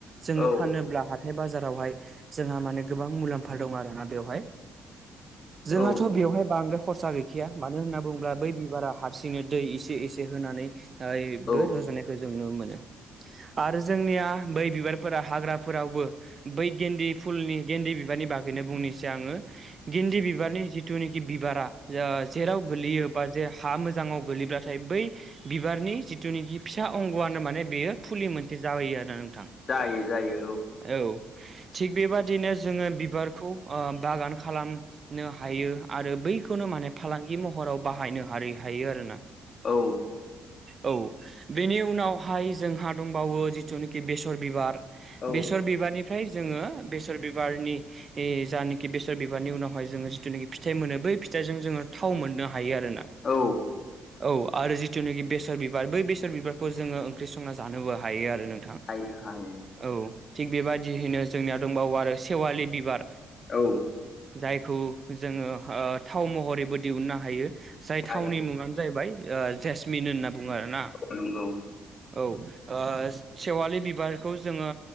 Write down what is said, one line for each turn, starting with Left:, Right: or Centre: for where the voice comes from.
Right: जोङो
Left: औ
Right: फानोब्ला हा हाथाइ बाजारावहाय जोंहा माने गोबां मुलाम्फा दं आरो ना बेवहाय जोंहाथ'
Left: औ
Right: बेवहाय बांद्राय खरसा गैखाया मानो होनना बुङोब्ला बै बिबारा हारसिङै दै एसे एसे होनानैबो
Left: औ
Right: रज'नायखौ जों नुनो मोनो आरो जोंनिया बै बिबारफोरा हाग्राफोरावबो बै गेन्दि फुलनि गेन्दि बिबारनि बागैनो बुंनोसै आङो गिन्दि बिबारनि जिथुनाखि बिबारा जेराव गोलैयो बा जे हा मोजाङाव गोलैब्लाथाय बै बिबारनि जिथुनिखि फिसा अंग'आनो माने बेयो फुलि मोनसे जाबोयो आरो नोंथां
Left: जायो जायो
Right: औ थिग बेबादिनो जोङो बिबारखौ बागान खालाम हायो आरो बैखौनो माने फालांगि महराव बाहायनो हा हायो आरोना
Left: औ
Right: औ बेनि उनावहाय जोंहा दंबावो जिथुनिखि बेसर बिबार
Left: औ
Right: बेसर बिबारनिफ्राय जोङो बेसर बिबारनि ए जानोखि बेसर बिबारनि उनावहाय जोङो जिथुनाखि फिथाइ मोनो बै फिथाइजों जोङो थाव मोननो हायो आरोना
Left: औ
Right: औ आरो जिथुनाखि बेसर बिबार बै बेसर बिबारखौ जोङो ओंख्रि संना जानोबो हायो आरो नोंथां
Left: हायो हायो
Right: औ थिग बेबायदियैनो जोंनिया दंबावो आरो सेवालि बिबार
Left: औ
Right: जायखौ जोङो थाव महरैबो दिहुुननो हायो जाय
Left: हायो
Right: थावनि मुङानो जाहैबाय जेसमिन होनना बुङो आरोना
Left: नंगौ
Right: औ सेवालि बिबारखौ जोङो